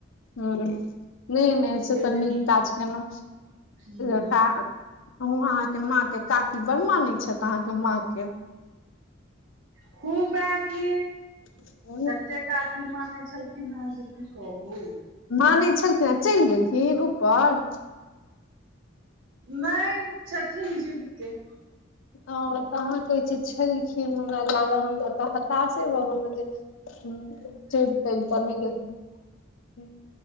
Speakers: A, on the left; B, on the right.
A: हूं नहि नहि स
B: जेबै
A: तऽ नीक काज केलौ।
B: हूँ
A: अहाँके माँ के काकी बड मानै छैथ अहाँके माँ के।
B: खूबे कि।
A: ह
B: एत्ते काकी माने छलखिन ह जे कि कहू।
A: मानै छलखिन आ चलि गेलखिन ऊपर?
B: नहि छथिन जीबते।
A: ह तऽ अहाँ कहै छिय छलखिन हमरा लागल हमरा तऽ हताशे भ गेलौ जे ह जे चैइल तैइल त नहि गेलखिन।